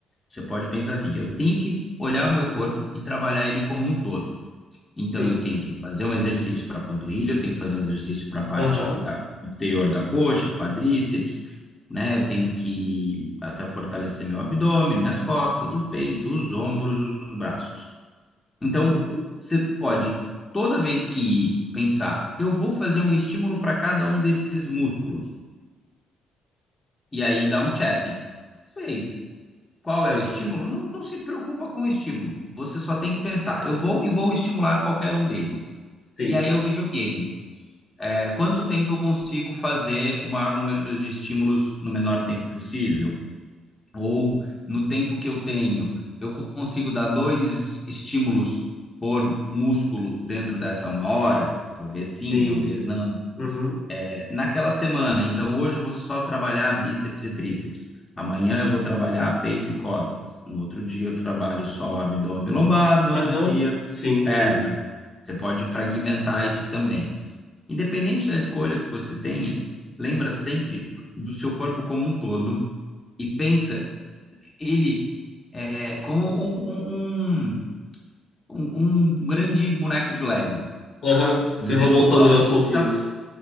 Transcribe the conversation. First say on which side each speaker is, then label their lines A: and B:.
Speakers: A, on the left; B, on the left.
A: Você pode pensar assim, eu tenho que olhar o meu corpo e trabalhar ele como um todo. Então
B: Sim.
A: eu tenho que fazer um exercício para a panturrilha, eu tenho que fazer um exercício para a parte
B: Aham.
A: da interior da coxa, quadríceps, né? Eu tenho que até fortalecer meu abdômen, minhas costas, o peito, os ombros, os braços. Então,
B: Uhum.
A: você pode, toda vez que pensar, eu vou fazer um estímulo para cada um desses músculos, e aí dá um check. Fez. Qual é
B: É,
A: o estímulo? Não, não se preocupa com o estímulo. Você só tem que pensar, eu vou e vou estimular qualquer um deles.
B: Sim,
A: E aí é o videogame. É, quanto tempo eu consigo fazer o maior número de estímulos no menor tempo possível? ou no tempo que eu tenho, eu consigo dar dois estímulos por músculo dentro dessa uma hora? Talvez sim,
B: sim,
A: talvez
B: sim.
A: não.
B: Uhum.
A: É, naquela semana, então hoje eu vou só trabalhar bíceps e tríceps. Amanhã eu vou trabalhar peito e costas. No outro dia eu trabalho só abdômen e lombar, no
B: Aham.
A: outro dia
B: Sim,
A: pernas.
B: sim.
A: Você pode fragmentar isso também. Independente da escolha que você tenha, lembra sempre do seu corpo como um todo e pensa ele é, como um, um, um, um um grande boneco de Lego,
B: Aham.
A: né?
B: Eu vou montando
A: Aonde
B: ele aos pouquinhos.
A: você tá...